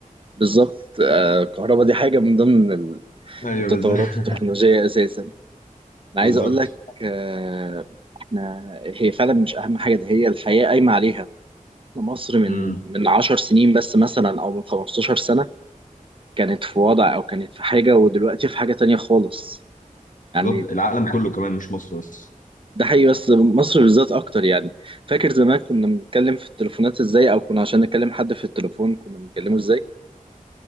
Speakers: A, on the right; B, on the left.
A: بالظبط آه، الكهرباء دي حاجه من ضمن ال-
B: أيوه
A: التطورات
B: بالظبط
A: التكنولوجيه اساسا انا
B: <laughs> بالظبط
A: عايز اقول لك آه، احنا هي فعلا مش اهم حاجه ده هي الحياه قايمه عليها مصر من
B: مم.
A: من 10 سنين بس مثلا او من 15 سنه كانت في وضع او كانت في حاجه ودلوقتي في حاجه تانية خالص يعني
B: بالظبط العالم كله كمان مش مصر بس
A: ده حقيقي بس مصر بالذات اكتر يعني فاكر زمان كنا بنتكلم في التليفونات ازاي او كنا عشان نكلم حد في التليفون كنا بنكلمه ازاي